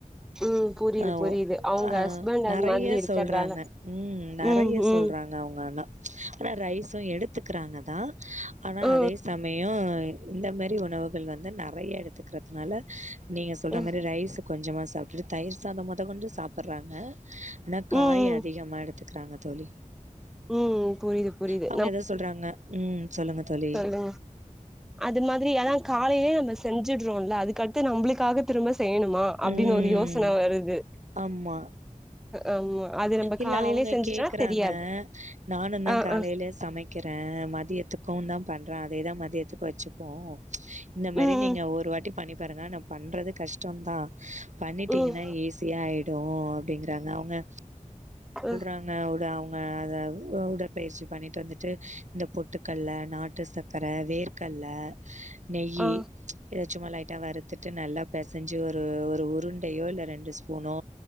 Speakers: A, in the centre; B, on the right (about 65°).
A: ம் புரியுது
B: ஆ
A: புரியுது அவங்க
B: அ
A: ஹஸ்பண்ட்
B: நெறைய
A: அது மாதிரி இருக்கறதால
B: சொல்றாங்க உம் நெறைய
A: ம் ம்
B: சொல்றாங்க அவுங்கன ஆனா ரைஸும் எடுத்துக்கிறாங்க தான் ஆனா
A: ஆ
B: அதே சமயம் இந்த மாரி உணவுகள் வந்து நெறைய எடுத்துக் கிறதுனால நீங்க சொல்ற
A: ம்
B: மாரி ரைஸு கொஞ்சமா சாப்ட்டுட்டு தயிர் சாதம் மொதக் கொண்டு சாப்ட்டுறாங்க ஆனா
A: ம்
B: காய் அதிகமா எடுத்துக்கறாங்க தோழி
A: ம் புரியுது புரியுது
B: அவுங்க எதோ சொல்றாங்க உம் சொல்லுங்க தோழி
A: ம் அது மாதிரி எல்லாம் காலையிலயே நம்ம செஞ்சுடுறோம்ல அதுக்கடுத்து நம்பளுக்காக திரும்ப செய்யணுமா அப்டின்னு
B: ம்
A: ஒரு யோசன வருது
B: ஆமா
A: ஆமா அது நம்ம
B: இல்ல
A: காலையிலே
B: அவுங்க
A: செஞ்சுட்டோனா
B: கேக்குறாங்க
A: தெரியாது
B: நானும் தான்
A: ஆ
B: காலையிலயே
A: ஆ
B: சமைக் கிறே மதியத்துக்கும் தான் பண்ற அதேதான் மதியத்துக்கு வச்சுப்போம் இந்த மாரி
A: ம்
B: நீங்க
A: ம்
B: ஒரு வாட்டி பண்ணி பாருங்க நா பண்றது கஷ்டம்தான் பண்ணிட்டீங்கன்னா
A: ம்
B: ஈஸியா ஆயிடும் அப்படிங்கறாங்க அவுங்க
A: ஆ
B: அவுங்க உட அவுங்க அதாது உடற்பயிற்சி பண்ணிட்டு வந்துட்டு இந்த பொட்டுக்கல்ல நாட்டு சக் க்கர வேர்க்கல்ல நெய்
A: ஆ
B: இத சும்மா லைட்டாக வறுத்துட்டு நல்லா பெசஞ்சு ஒரு ஒரு உருண்டையோ இல்ல ரெண்டு ஸ்பூனோ